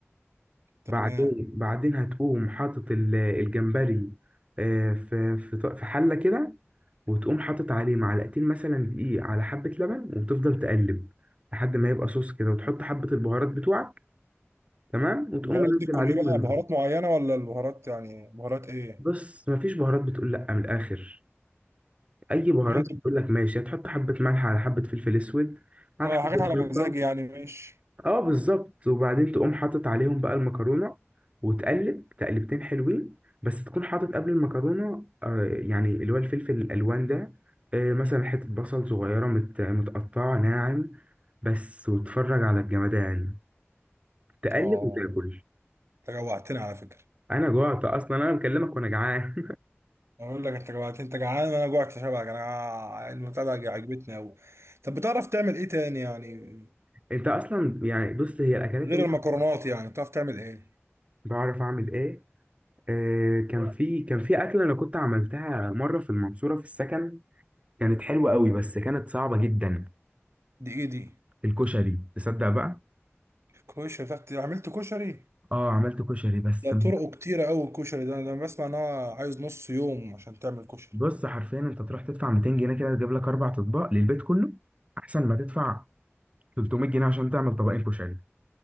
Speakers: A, on the right; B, on the right.
A: تمام
B: بعدين بعدين هتقوم حاطط ال- الجمبري آه، في في ط- في حله كده وتقوم حاطط عليه معلقتين مثلا دقيق على حبة لبن وتفضل تقلب لحد ما يبقى صوص كده وتحط حبة البهارات بتوعك تمام وتقوم
A: البهارات
B: منزل
A: دي تكون
B: عليهم
A: ايه
B: المكرونة
A: بقى بهارات معينة ولا البهارات يعني بهارات ايه
B: بص مفيش بهارات بتقول لأ من الآخر أي بهارات
A: انت
B: بتقول لك ماشي هتحط حبة ملح على حبة فلفل أسود على
A: ما
B: حبة
A: حاجات على
B: شطة
A: مزاجي يعني ماشي
B: اه بالظبط وبعدين تقوم حاطط عليهم بقى المكرونة وتقلب تقلبتين حلوين بس تكون حاطط قبل المكرونة آه يعني اللي هو الفلفل الألوان ده آه مثلا حتة بصل صغيرة مت متقطعة ناعم بس وتفرج على الجمدان تقلب
A: اه
B: وتاكل
A: انت جوعتني على فكرة
B: أنا جوعت أصلا أنا مكلمك وأنا جعان
A: اقول لك انت جوعتني انت جعان وانا جوعت شبعك انا المتابعة دي عجبتني اوي طب بتعرف تعمل ايه تاني يعني
B: <laughs> أنت أصلا يعني بص هي الأكلات
A: غير
B: اللي
A: المكرونات
B: أنا
A: يعني بتعرف تعمل ايه
B: بعرف أعمل إيه آه كان في كان في أكلة أنا كنت عملتها مرة في المنصورة في السكن كانت حلوة قوي بس كانت صعبة جدا
A: دي ايه دي
B: الكشري تصدق بقى
A: كشري بتعرف عملت كشري
B: اه عملت كشري بس
A: ده طرقه كتيرة اوي الكشري ده انا بسمع ان هو عايز نص يوم عشان تعمل كشري
B: بص حرفيا انت تروح تدفع 200 جنيه كده تجيب لك اربع اطباق للبيت كله احسن ما تدفع 300 جنيه عشان تعمل طبقين كشري